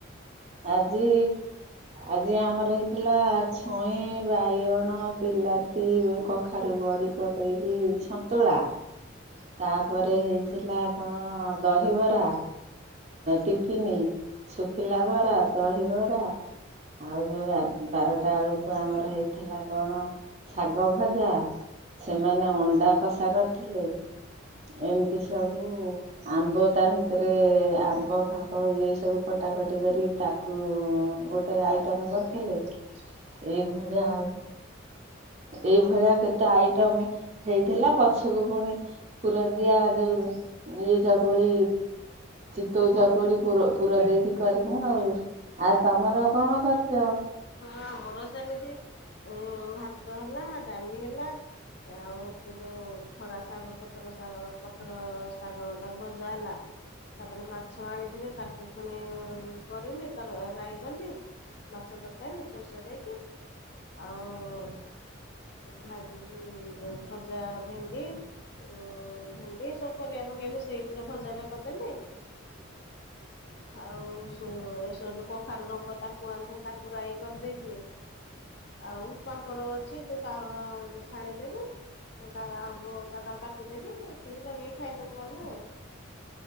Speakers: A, on the right; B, on the left.
A: ଆଜି ଆଜି ଆମର ହେଇଥିଲା ଛୁଇଁ, ବାଇଗଣ, ବିଲାତି, କଖାରୁ ବଡି ପକେଇକି ସନ୍ତୁଳା। ତାପରେ ହେଇଥିଲା କଣ ଦହିବରା, ଟିଫିନି, ଶୁଖିଲା ବରା, ଦହିବରା ଆଉ ଯୋ ବାରଟା ବେଳକୁ ଆମର ହେଇଥିଲା କଣ ଶାଗ ଭଜା ସେମାନେ ଅଣ୍ଡା କଷା କରିଥିଲେ। ଏମିତି ସବୁ ଆମ୍ବ ତା ଭିତରେ ଆମ୍ବ ଫାମ୍ୱ ଇଏ ସବୁ କଟାକଟି କରି ତାକୁ ଗୋଟେ ଆଇଟମ କରିଥିଲେ, ଏଇଭଳିଆ ଏଇଭଳିଆ କେତେ ଆଇଟମ ହେଇଥିଲା। ପଛକୁ ପୁଣି ପୁର ଦିଆ ଯୋଉ ଇଏ ଚକୁଳି ଚିତଉ ଚକୁଳି ପୁର ପୁର ଦେଇକି କରିମୁ ଆଉ। ଆଉ ତମର କଣ କରିଛ?
B: ହଁ ଆମର ସେମିତି ଭାତ ହେଲା ଡାଲି ହେଲା ଆଉ ଯୋଉ ଖଡା ଶାଗ ପତ୍ର ଶାଗ ପତ୍ର ଶାଗ ତାକୁ ଭଜା ହେଲା ତାପରେ ମାଛ ଆଣିଥିଲି ତାକୁ ପୁଣି କରିଲି ତର ରାଇ କଲି। ମାଛ ତରକା ରକାରୀ ସୋରିଷ ଦେଇକି ଆଉ ଭାଜି ଭଜା ଭେଣ୍ଡି ଭେଣ୍ଡି ସବୁ ପରିବା ପକେଇ ମିସେଇ ଗୋଟେ ଭଜାଟେ କରିଦେଲି ଆଉ ସେ ସେଠୁ କଖାରୁ ଡଙ୍କ ତାକୁ ଆଣିଥିଲି ତାକୁ ପୁରାଇ କରିଦେଇଛି ଆଉ ପାମ୍ପଡ଼ ଅଛି ଛାଣିଦେବି ଆମ୍ବ କାଦ କାଟିଦେବି ହେତିକି ଲଗେଇକି ଖାଇଦେବୁ ଆମେ ଆଉ